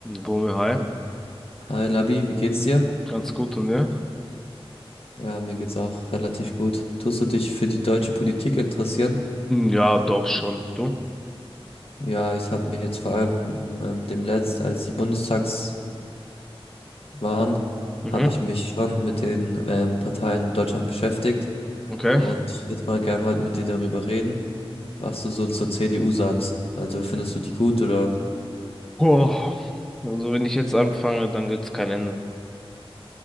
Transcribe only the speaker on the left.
Hi Labi, wie geht's dir?
Ja, mir geht's auch relativ gut. Tust du dich für die deutsche Politik interessieren?
Ja, ich habe mich jetzt vor allem ähm, demnächst, als die Bundestagswahlen waren,
habe ich mich schon mit den ähm, Parteien in Deutschland beschäftigt
und ich würde mal gern heute mit dir darüber reden, was du so zur CDU sagst. Also findest du die gut oder